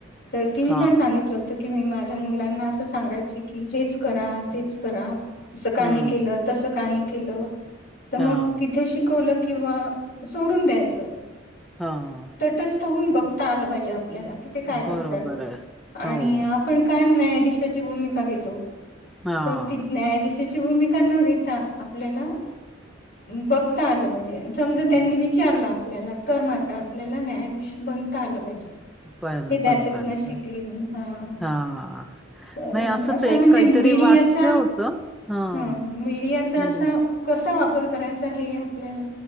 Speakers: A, on the left (about 55°); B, in the centre.
A: तर तिने
B: हां,
A: पण सांगितलं. की मी माझ्या मुलांना असं सांगायची की, हेच करा तेच करा, अस का
B: हं,
A: नही केलत? तसं का नही केलं तर मग,
B: हां,
A: तिथे शिकवलं किंवा सोडून द्यायचं.
B: हां,
A: तटच बघता आलं पाजे आपल्याला, की ते काय
B: बरोबर
A: करत
B: आहे.
A: आणि
B: हो,
A: कायम न्यायाधीशाची भूमिका घेतो.
B: हां.
A: तर ती न्यायाधीशच ची भूमिका न घेता आपल्याला बघता आलं पाहिजे, समजा
B: हं,
A: त्यांनी विचारलं आपल्याला तर मात्र आपल्याला न्याया धिश बनता आलं पाहिजे.
B: पण
A: हे त्याच्यात
B: बनता आलं
A: न शिकली
B: पाहिजे.
A: मी हा,
B: हां,
A: तर
B: नाही असंच
A: असं
B: एक
A: म्हणजे
B: काहीतरी
A: मीडिया
B: वाक्य
A: च,
B: होतं. हां,
A: मीडियाच अस
B: बरं.
A: कसा वापर करायचा हे आपल्याला,